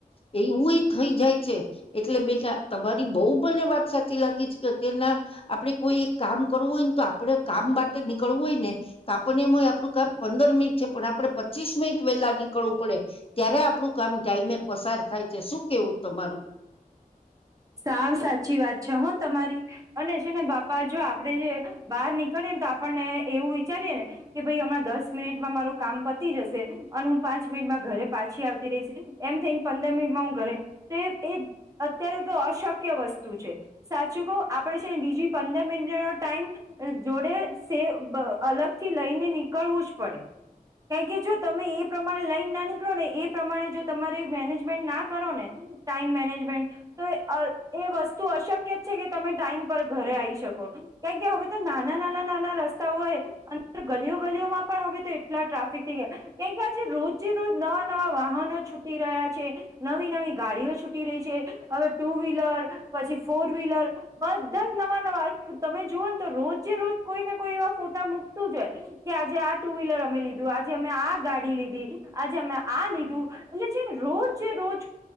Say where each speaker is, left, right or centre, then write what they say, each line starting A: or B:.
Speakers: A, on the left; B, on the right.
A: એવુંય થઈ જાય છે એટલે બેટા તમારી બહુ બને વાત સાચી લાગી છે કે અત્યારના આપડે કોઈ એક કામ કરવું હોય ને તો આપડ કામ માટે નીકળવું હોય ને તો આપણને એમ હોય આપડું કામ પંદર મિનિટ છે પણ આપડે પચીસ મિનટ વેલા નીકળવું પડે. ત્યારે આપણું કામ ટાઈમે પસાર થાય છે શું કેવું તમારું?
B: સાવ સાચી વાત છે હ તમારી અને છે ને બાપા જો આપડે જે બહાર નીકળીએ ને તો આપણને એવું વિચારીએ ને કે ભાઈ હમણાં દસ મિનિટમાં મારું કામ પતી જશે અને હું પાંચ મિનિટમાં ઘરે પાછી આવતી રહીશ એમ થઈને પંદર મિનિટમાં હું ઘરે એ અત્યારે તો. અ શક્ય વસ્તુ છે સાચું કહ આપડે છે ને બીજી પંદર મિનટનો ટાઈમ જોડે સે અલગ થી લઈને નીકળવું જ પડે કારણ કે જો તમે એ પ્રમાણે લઈને ના નીકળો ને એ પ્રમાણે જો તમારી મેનેજમેન્ટ ના કરો ને ટાઈમ મેનેજમેન્ટ તો એ વસ્તુ અશક્ય છે કે તમે ટાઈમ પર ઘરે આવી શકો કેમ કે હવે તો નાના નાના નાના રસ્તાઓય અ ગલીઓ ગલીઓમાં પણ હવે તો એટલા ટ્રાફિક થથી ગયા કેમ કે આજે રોજ રોજ નવા નવા વાહનો છૂટી રહ્યા છે નવી નવી ગાડીઓ છૂટી રહી છે હવે. ટુ વ્હીલર પછી ફોર વ્હીલર બધા જ નવા નવા તમે જુઓ ને તો રોજે રોજ કોઈને કોઈ એવા ફોટા મૂકતું જ કે આજે આ ટુ વ્હીલર અમે લીધું આજે અમે આ ગાડી લીધી આજે અમે આ લીધું એટલે જે રોજ રોજ